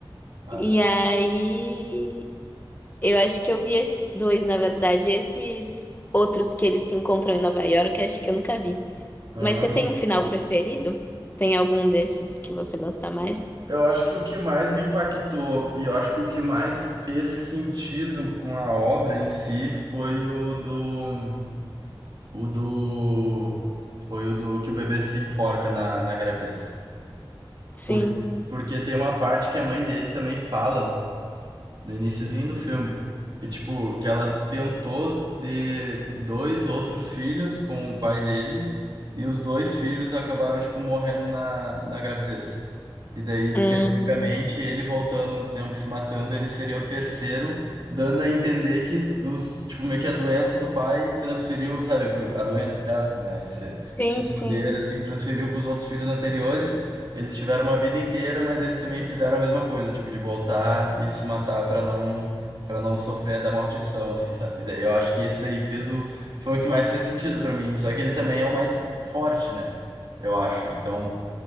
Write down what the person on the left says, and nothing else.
E aí, eu acho que eu vi esses dois, na verdade, esses outros que eles se encontram em Nova York, acho que eu nunca vi.
Mas você tem um final Ah, preferido? Tem algum desses que você gosta mais?
Sim.
Hum.
Sim,
sim.